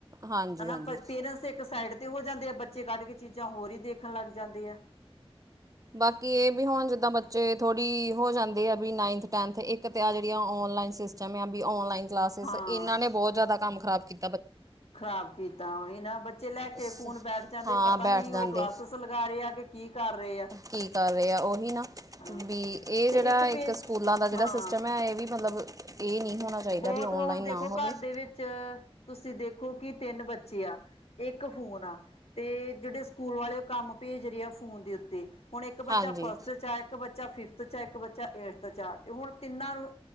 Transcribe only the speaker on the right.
ਹਾਂਜੀ
ਹਾਂਜੀ
ਬਾਕੀ ਇਹ ਵੀ ਹੁਣ ਜਿੱਦਾਂ ਬੱਚੇ ਥੋੜੀ ਹੋ ਜਾਂਦੇ ਆ ਵੀ ਨਾਈਨਥ ਟੈਨਥ ਇੱਕ ਇੱਕ ਤਾਂ ਆ ਜਿਹੜੀਆਂ ਔਨਲਾਈਨ ਸਿਸਟਮ ਆ ਵੀ ਔਨਲਾਈਨ- ਕਲਾਸਿਸ
ਇਹਨਾਂ ਨੇ ਬਹੁਤ ਜ਼ਿਆਦਾ ਕੰਮ ਖਰਾਬ ਕੀਤੀ।
ਸ
ਹਾਂ
ਬੈਠ
ਜਾਂਦੇ
ਕੀ ਕਰ ਰਹੇ ਆ ਉਹੀ ਨਾ
ਵੀ ਇਹ
ਜਿਹੜਾ
ਇੱਕ ਸਕੂਲਾਂ ਦਾ ਜਿਹੜਾ
ਸਿਸਟਮ ਹੈ। ਇਹ ਵੀ ਮਤਲਬ ਇਹ ਨਹੀਂ ਹੋਣਾ ਚਾਹੀਦਾ
ਵੀ ਔਨਲਾਈਨ
ਨਾ ਹੋਵੇ
ਹਾਂਜੀ